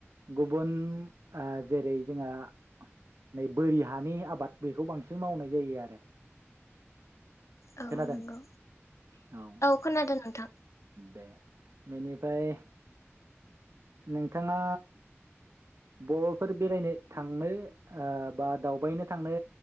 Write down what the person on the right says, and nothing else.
गुबुन जेरै जोंहा नै बोरि हानि आबाद बेखौ बांसिन मावनाय जायो आरो
खोनादों
औ
दे बेनिफ्राय नोंथाङा बरफोर बेरायनो थांनो ओ बा दावबायनो ओ थांनो